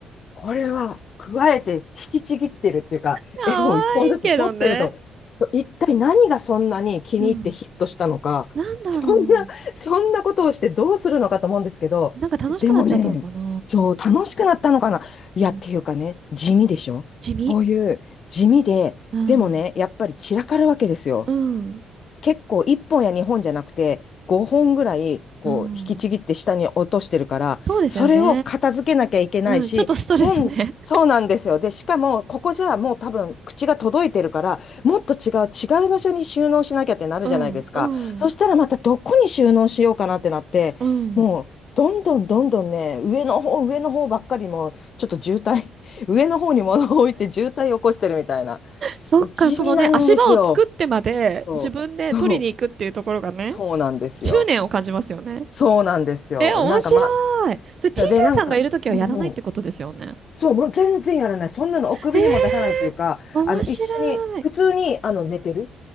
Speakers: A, on the left (about 55°); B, on the right (about 50°).
A: これは、加えて引きちぎってるっていうか、
B: 可愛いけどね。
A: 絵を一本ずつ取ってると思う、一体何がそんなに気に入ってヒットしたのか、
B: うん。なんだろ
A: そんな、そんなことをしてどうするのかと思うんですけど、
B: う。なんか楽しくなっちゃったのかな。
A: でもね、そう、楽しくなったのかな。いや、
B: うん。
A: っていうかね、地味でしょこういう地味で、
B: 地味。うん。
A: でもね、やっぱり散らかるわけですよ。
B: うん。
A: 結構1本や2本じゃなくて5本ぐらいこう引きちぎって下に落としてるからそれを片付けなきゃいけないし本そうなんですよでしかもここじゃもう多分口が届いてるからもっと違う違う場所に収納しなきゃってなるじゃないですかそしたらまたどこに収納しようかなってなってもうどんどんどんどんね上の方上の方ばっかりもうちょっと渋滞
B: うん。そうですよね。うん。ちょっとストレスね。<laughs> うん。うん。うん。
A: <laughs> 上の方に物を置いて渋滞を起こしてるみたいな
B: そっか、
A: もう地味なんですよ
B: そのね、足場を作ってまで自分で取りに行くっていうところがね、
A: そうそうそうなんですよ。
B: 執念を感じますよね。
A: そうなんですよ。
B: え、面白
A: なんかま
B: い。それ TJ
A: あ、で、なんか、
B: さんがいるときはやらないってことですよね。
A: もうん、そう、もう全然やらない。そんなのお首にも出さないというか、
B: えー、面白い。
A: あの、一緒に、普通に、あの、寝てる。